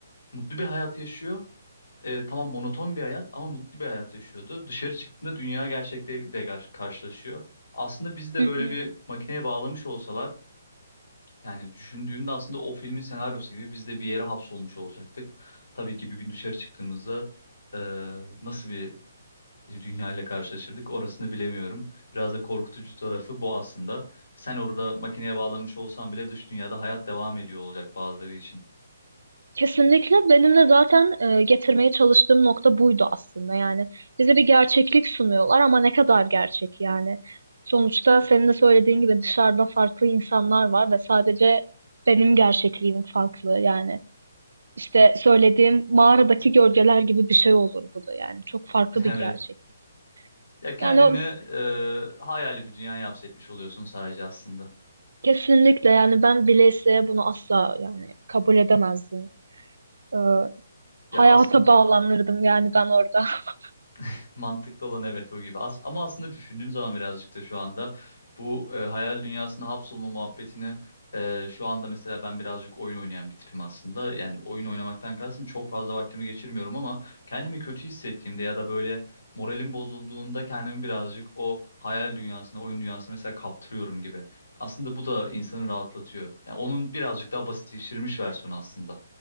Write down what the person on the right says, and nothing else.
Hı
hı.
Kesinlikle benim de zaten e, getirmeye çalıştığım nokta buydu aslında. Yani bize bir gerçeklik sunuyorlar ama ne kadar gerçek yani. Sonuçta senin de söylediğin gibi dışarıda farklı insanlar var ve sadece benim gerçekliğim farklı yani. İşte söylediğim mağaradaki gölgeler gibi bir şey olur bu da yani. Çok farklı
bir
gerçeklik.
Yani o
kesinlikle yani ben bile isteye bunu asla yani kabul edemezdim. Ee,
hayata
bağlanırdım yani ben orada. <laughs>